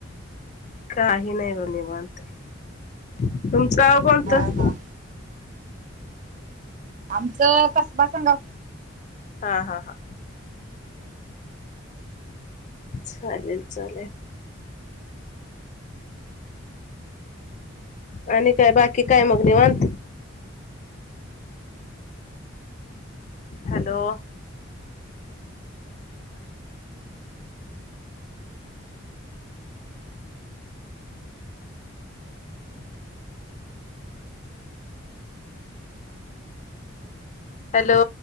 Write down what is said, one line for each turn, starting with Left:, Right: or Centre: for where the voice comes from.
Left: काही नाही ब निवांत तुमचं गाव कोणतं?
Right: हा हा आमचं कसबा संगा
Left: हा हा हा. चालेल चालेल. आणि काय बाकी काय मग निवत? हॅलो. हॅलो.